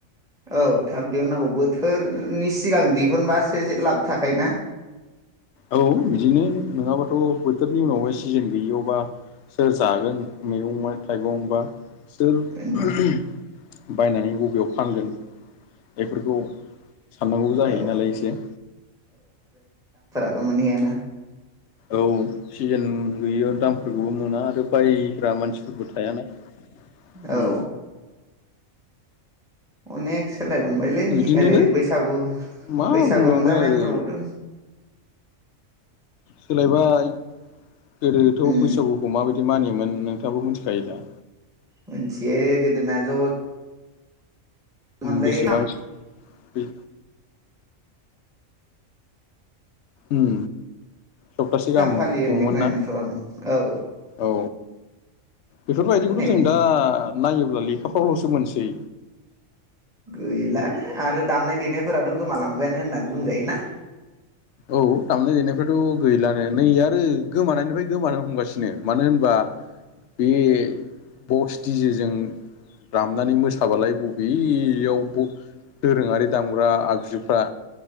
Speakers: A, in the centre; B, on the left.
A: औ थाब दिहुननांगौ बो बोथोरनि सिगां दिहुनबासो जे लाब थाखायो ना।
B: औ बिदिनो नङाबाथ' बोथोरनि उनाव एसे सिजेन गैयियावबा सोर‌ जागोन मैगं बा थाइगं बा सोर
A: उम
B: <inaudible> बायनानै बबेयाव फानगोन बेफोरखौ साननांगौबो जाहैयो
A: औ
B: नालाय एसे
A: मानियाना
B: औ सिजेन गैयियाव दामफोरखौबो मोना आरो बायग्रा मानसिफोरबो थायाना
A: औ।
B: उम
A: अनेक सोलायलांबायलै
B: बिदिनोनो
A: ओरै बैसागु
B: मा
A: बैसागु
B: बुंबावनो
A: रंजानायफोरावबोथ'
B: आरो सोलायबाय। गोदोथ'
A: उम
B: बैसागुखौ माबायदि मानियोमोन नोंथाङाबो मिथिखायो दा।
A: मिथियो गोदोना ज' मोनलै
B: बेसेबा बे उम सप्तासे गाहाम
A: फालियो होननाय
B: खुङोमोन
A: खोनायोमोनथ'
B: ना
A: आं औ
B: औ। बेफोरबायदिखौथ'
A: नै
B: जों दा नायोब्ला लेखाफ्रावल'सो मोनसै
A: गैलानो आरो दामनाय देनायफोराथ' गोमालांबायानो होननानै बुंजायोना।
B: औ दामनाय देनायफ्राथ' गैलानो नै आरो गोमानायनिफ्राय गोमानो हमगासिनो मानो होनबा बे बक्स दिजेजों दामनानै मोसाबालाय बबेयाव दोरोङारि दामग्रा आगजुफ्रा